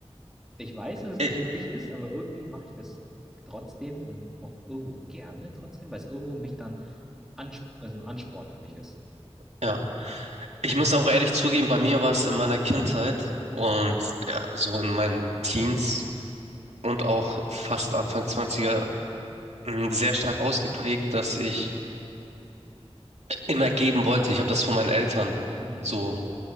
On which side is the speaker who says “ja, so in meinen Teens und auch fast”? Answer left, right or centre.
Right